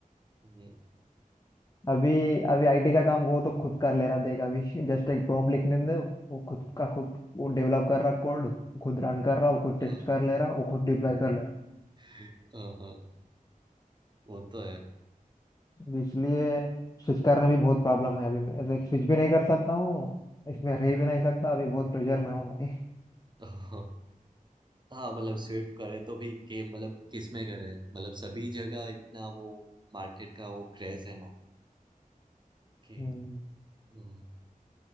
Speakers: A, on the right; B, on the left.
A: हम्म,
B: अभी अभी आईटी का काम वो तो खुद कर ले रहा देख अभी <laughs> जस्ट एक प्रॉम्प्ट लिखने दे वो खुद का खुद वो डेवलप कर रहा कोड खुद रन कर रहा वो खुद टेस्ट
A: हाँ
B: कर ले रहा वो खुद डिप्लॉय कर ले रहा
A: <laughs> हाँ, हाँ, वो तो है
B: अभी इसलिए स्विच करना भी बहुत प्रॉब्लम है अभी मैं ऐसे
A: हम्म,
B: स्विच भी नहीं कर सकता हूँ इसमें रह भी नहीं सकता अभी बहुत प्रेशर में हूँ मैं
A: हाँ हाँ, मतलब स्विफ्ट करे तो भी के मतलब किस में करे मतलब सभी जगह इतना वो मार्केट का वो क्रेज है ना
B: <laughs>
A: कि
B: हम्म।
A: हम्म,